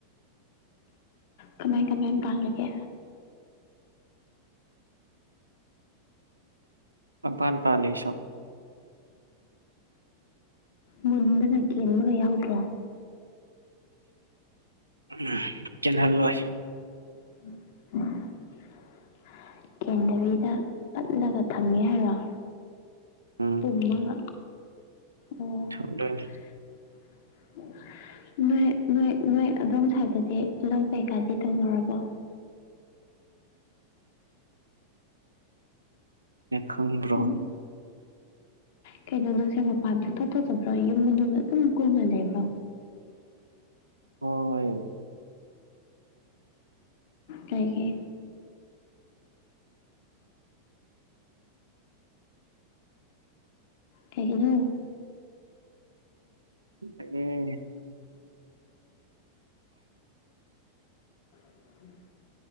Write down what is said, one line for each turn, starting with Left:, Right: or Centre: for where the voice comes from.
Left: ꯀꯃꯥꯏ ꯀꯃꯥꯏ ꯇꯥꯡꯂꯒꯦ
Right: ꯛꯕꯥꯟ ꯄꯥꯂꯁꯝ
Left: ꯃꯨꯟꯗꯅ ꯀꯦꯟꯕꯒ ꯌꯥꯎꯗ꯭ꯔꯣ
Right: ꯎꯝ ꯆꯦꯟꯍꯜꯂꯣꯏ
Left: ꯎ ꯀꯦꯟꯗꯕꯤꯗ ꯄꯠꯂꯒ ꯊꯝꯒꯦ ꯍꯥꯏꯔꯣ
Right: ꯎꯝ
Left: ꯄꯨꯝꯃꯒ ꯑꯣ
Right: ꯊꯗꯣꯏꯅ
Left: <unintelligible> <unintelligible> <unintelligible> ꯅꯣꯏ ꯅꯣꯏ ꯅꯣꯏ ꯑꯗꯣꯝ ꯁ꯭ꯋꯥꯏꯗꯁ ꯂꯧ ꯀꯩꯀꯥꯗꯤ ꯇꯧꯅꯔꯕꯣ
Right: ꯈꯪꯕ꯭ꯔꯣ
Left: ꯎꯝ ꯀꯩꯅꯣ ꯅꯪꯁꯦ ꯃꯄꯥꯟꯗ ꯊꯣꯊꯗꯕ꯭ꯔꯣ ꯌꯨꯝ ꯃꯅꯨꯡꯗ ꯑꯗꯨꯝ ꯀꯨꯜꯂ ꯂꯩꯕ꯭ꯔꯣ
Right: ꯑꯣ ꯍꯣꯏ
Left: ꯀꯥꯏꯒꯤꯦ ꯊꯩꯒꯅꯣ
Right: ꯎꯝ
Left: ꯎꯝ